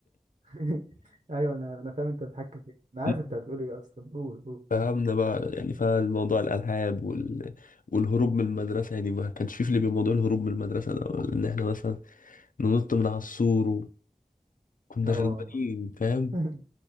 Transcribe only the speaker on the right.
<laughs> ايوه انا انا فاهم انت بتحكي في ايه انا عارف
انت
هتقول ايه اصلا قول قول
اه
<laughs>